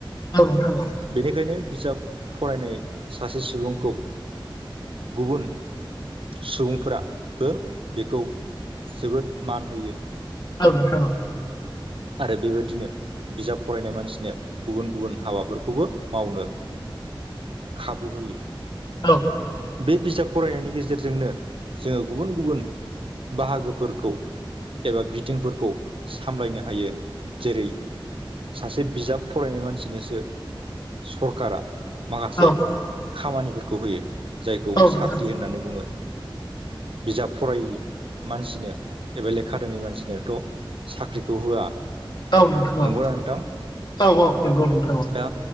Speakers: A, on the left; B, on the right.
A: औ नोंथां औ
B: बेनिखायनो बिजाब फरायनाय सासे सुबुंखौ गुबुन सुबुंफोराबो बेखौ जोबोद मान होयो
A: औ नोंथां औ
B: आरो बेबायदिनो बिजाब फरायनाय मानसिनो गुबुन गुबुन हाबाफोरखौबो मावनो खाबु होयो।
A: औ
B: बे बिजाब फरायनायनि गेजेरजोंनो जोङो गुबुन गुबुन बाहागोफोरखौ एबा बिथिंफोरखौ सामलायनो हायो जेरै सासे बिजाब फरायनाय मानसिनोसो सरकारा माखासे
A: औ
B: खामानिफोरखौ होयो जायखौ
A: नोंथां
B: साख्रि होननानै बुङो। बिजाब फरायि मानसिनो एबा लेखा रोङै मानसिनोथ' साख्रिखौ होआ
A: औ नोंथां
B: नंगौना नोंथां
A: औ औ नंगौ नोंथां औ।
B: दा